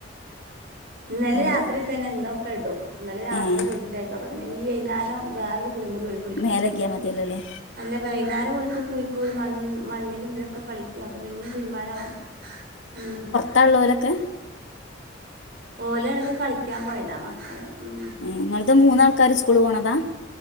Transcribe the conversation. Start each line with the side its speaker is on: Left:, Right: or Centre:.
Right: ഇന്നലെ
Left: ആഹ്
Right: രാത്രിഇട്ട തന്നെ ഇന്നൊക്കെ ഇടും ഇന്നലെ രാത്രി
Left: ഏഹ്
Right: കുളിച്ചട്ടായിരിക്കും അപ്പ പിന്നെ ഇഞ്ഞി വൈന്നാരം വേറെ ഒരു കുളി കൂടി അവര് കുളിക്കും
Left: മേല് ക്കെയികിയൽ മതിയല്ലോ അല്ലേ
Right: അല്ല വൈന്നേരം ഓലക്ക് കുളിക്കൊ മണ് മണ്ണിൽ ഇതിലൊക്കെ കളിക്ക അപ്പൊ പിന്നേ തീരുമ്പാനാവും ഉം
Left: തള്ളൂലൊക്കെ
Right: ഓല് അടുക്ക് കളിക്കാൻ പോയതാ മക്കള് ഉം
Left: നിങ്ങുൾത് മൂന്നാ ആൾക്കാര് സ്കൂൾ പോണതാ